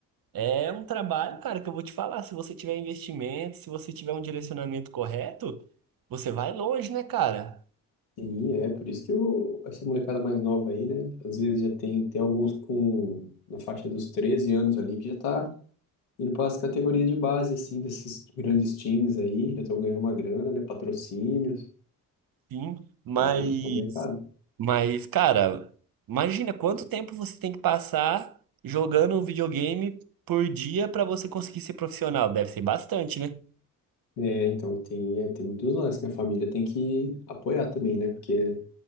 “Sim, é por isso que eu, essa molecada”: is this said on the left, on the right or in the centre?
Left